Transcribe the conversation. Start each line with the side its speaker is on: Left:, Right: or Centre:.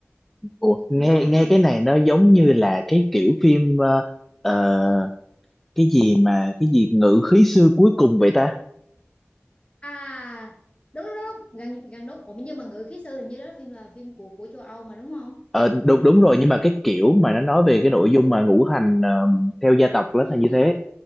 Centre: Ủa, nghe
Left: cũng khá là hay
Centre: nghe cái này nó giống như là cái kiểu phim ờ, ờ, cái gì mà cái gì ngự khí xưa cuối cùng vậy ta?
Left: à đúng đúng đúng đúng. gần gần đúng ủa nhưng mà ngự khí sư hình như đó là phim là phim của của châu Âu mà đúng không
Centre: Ờ đúng đúng rồi nhưng mà cái kiểu mà nó nói về cái nội dung mà ngũ hành ờ, theo gia tộc đó
Left: ừ,
Centre: là như
Left: ừ.
Centre: thế,